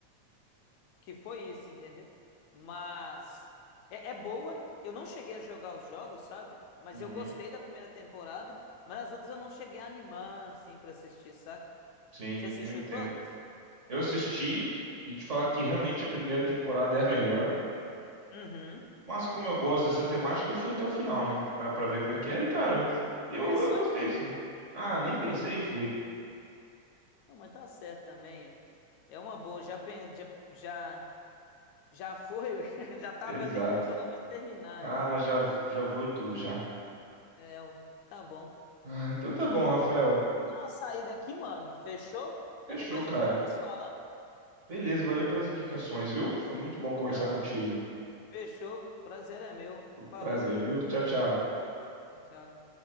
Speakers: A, on the left; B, on the right.
A: que foi isso, entendeu? Mas é, é boa. Eu não cheguei a jogar os jogos, sabe? Mas
B: Uhum.
A: eu gostei da primeira temporada, mas as outras eu não cheguei a animar assim pra assistir, saca?
B: Sim,
A: Você assistiu
B: eu entendo.
A: todas?
B: Eu assisti e te falar que realmente a primeira temporada é a melhor.
A: Uhum.
B: Mas como eu gosto dessa temática, eu fui até o final, né? Pra, pra ver como é que era. E, cara, eu,
A: Começou
B: eu gostei,
A: e foi.
B: sim. Ah, nem pensei
A: Gostou?
B: e fui.
A: Não, mas tá certo também. É uma boa. Já pen- já já, já foi, <laughs> ué. já tava
B: Exato.
A: ali, né? Falou, vou terminar,
B: Ah,
A: é.
B: já, já vou e tudo já.
A: É, ui, tá bom.
B: Ah, então tá
A: Pô,
B: bom,
A: mano,
B: Rafael.
A: vou dar uma saída aqui, mano. Fechou?
B: Fechou,
A: Mas depois
B: cara.
A: a gente continua se falando.
B: Beleza, valeu pelas indicações, viu? Foi muito bom conversar
A: Não,
B: contigo.
A: fechou. Prazer é meu. Falou.
B: Prazer, viu? Tchau, tchau.
A: Tchau, tchau.